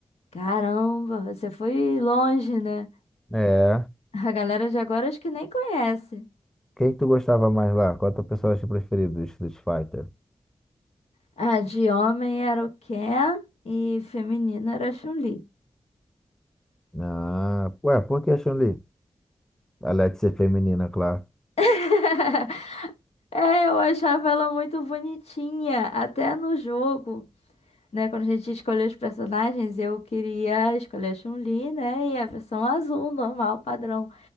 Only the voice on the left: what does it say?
Caramba, você foi longe, né?
<laughs> A galera de agora acho que nem conhece.
Ah, de homem era o Ken e feminina era a Chun-Li.
<laughs> É, eu achava ela muito bonitinha, até no jogo. né, quando a gente escolheu os personagens, eu queria escolher a Chun-Li, né, e a versão azul, normal, padrão.